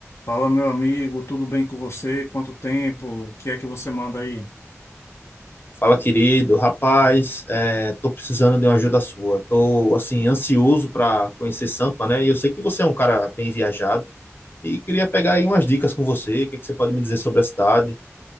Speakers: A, on the left; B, on the left.
A: Fala, meu amigo, tudo bem com você? Quanto tempo? O que é que você manda aí?
B: Fala, querido. Rapaz, é, tô precisando de uma ajuda sua. Tô, assim, ansioso para conhecer Sampa, né? E eu sei que você é um cara bem viajado e queria pegar aí umas dicas com você. O que é que você pode me dizer sobre a cidade?